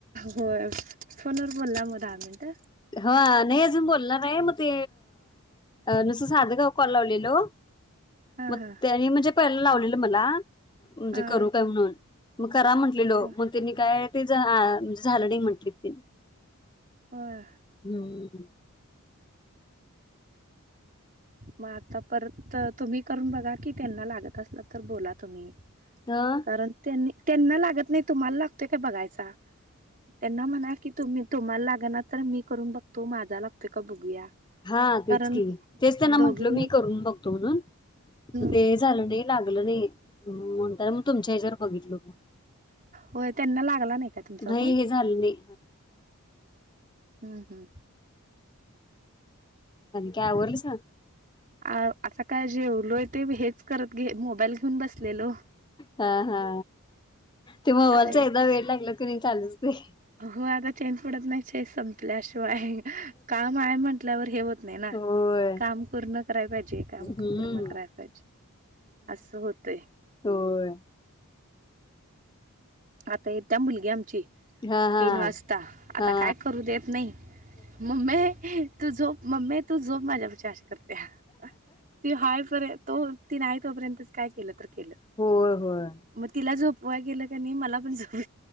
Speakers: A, on the right; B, on the left.
A: होय फोन वर बोलला मग दहा मिनट
B: हा नाही अजून बोललो नाही मग ते नुसंत साधगाव कॉल लावलेलो
A: हा
B: मग
A: हा
B: त्यानी म्हणजे पयला लावले मला म्हणजे
A: हा
B: करू काय म्हणून मग करा म्हटलेलो
A: ह
B: पण त्यांनी काय ते ज म्हणजे झालं नाही म्हंटली ति
A: होय
B: हम्
A: मग आता परत तुम्ही करून बघा कि त्यांना लागत असल तर बोला तुम्ही
B: ह
A: कारण त्यांनी त्यांना लागत नाही तुम्हाला लागतोय का बघायचा त्यांना म्हणा की तुम्ही तुम्हाला लाग ना तर मी करून बघतो माझा लागतोय का बघूया
B: हा
A: कारण
B: तेचकी तेच त्यांना
A: दोघींना
B: म्हंटल मी करून बघतो म्हणून
A: हम्म
B: ते झालं नाही लाग नाही म्हणता मग तुमच्या ह्याच्यावर बघितलो
A: होय त्यांना लागला नाही का तुमचा
B: नाही
A: फोन
B: हे झाले नाही
A: हम्म हम्म
B: काय आवरलीस
A: अ असा काय जेवलोय ते हेच करत घे मोबाईल घेऊन बसलेलो
B: हा हा ते मोबालचा
A: आता एक
B: एकदा वेड लागला की नाही चालूचेय
A: हो आता चेन पडत नाही चे संपल्या शिवाय काम आहे म्हंटल्यावर हे होत नाही ना
B: होय
A: काम पूर्ण कराय पाहिजे काम
B: हम्म
A: पूर्ण कराय पाहिजे अस होतय
B: होय
A: आता त्या मुलग्यामची
B: हा हा
A: तीन वाजता आता
B: हा
A: काय करू देत नाही मम्मे तू झोप मम्मी तू झोप माझ्यापाशी अशी करत्या तू हाय परयंत तो ती नाही तोपर्यंत काय केलं तर के
B: होय होय
A: मग तिला ज व गेलं त्यांनी मला पण जाऊ